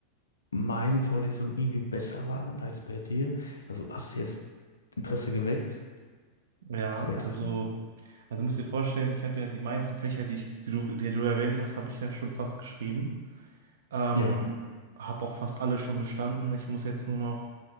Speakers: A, on the left; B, on the right.
A: meine Vorlesungen irgendwie besser waren als bei dir. Also hast du jetzt Interesse geweckt
B: Ja,
A: zu wechseln?
B: also, also musst dir vorstellen, ich habe ja die meisten Fächer, die, ich, die du, die du erwähnt hast, habe ich ja schon fast geschrieben. Ähm,
A: Ja,
B: habe auch fast alle schon bestanden. Ich muss jetzt nur noch,